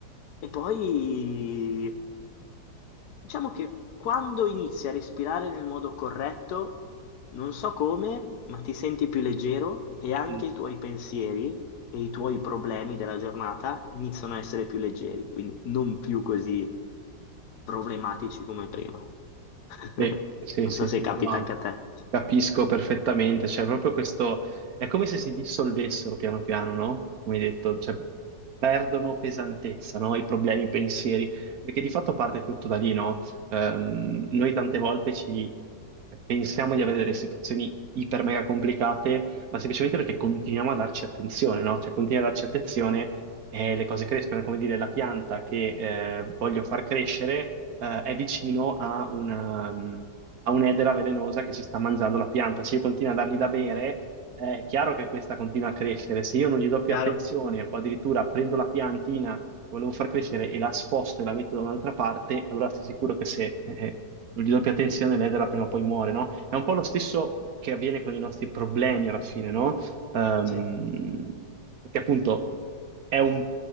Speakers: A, on the left (about 65°); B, on the right (about 60°).
A: E poi Diciamo che quando inizi a respirare nel modo corretto, non so come, ma ti senti più leggero e anche
B: Mm.
A: i tuoi pensieri e i tuoi problemi della giornata iniziano a essere più leggeri, quindi non più così problematici come prima. <laughs>
B: Sì, sì,
A: Non
B: sì,
A: so se
B: sì,
A: capita
B: no,
A: anche a te.
B: capisco perfettamente, cioè proprio questo, è come se si dissolvessero piano piano, no? Come hai detto, cioè, perdono pesantezza, no? I problemi, i pensieri, perché di fatto parte tutto da lì, no? Ehm, noi tante volte ci pensiamo di avere delle situazioni iper mega complicate, ma semplicemente perché continuiamo a darci attenzione, no? Cioè continuiamo a darci attenzione e le cose crescono, È come dire, la pianta che eh, voglio far crescere eh, è vicino a una, mm, a un'edera velenosa che si sta mangiando la pianta. Se io continuo a dargli da bere, eh, è chiaro che questa continua a crescere. Se io non gli do più
A: Chiaro?
B: attenzione o addirittura prendo la piantina volevo far crescere e la sposto e la metto da un'altra parte, allora stai sicuro che se eh, di doppia tensione l'edera prima o poi muore, no? È un po' lo stesso che avviene con i nostri problemi alla fine, no? Ehm,
A: Sì,
B: perché appunto è un,